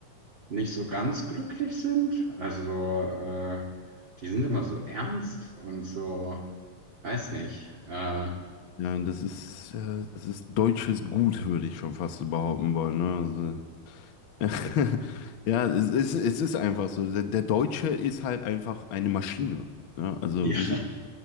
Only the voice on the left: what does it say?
Ja, das ist, äh, das ist deutsches Gut, würde ich schon fast so behaupten wollen, ne? Also, <laughs> ja, es ist, es ist einfach so. Der, der Deutsche ist halt einfach eine Maschine. Ne? Also
wir sind,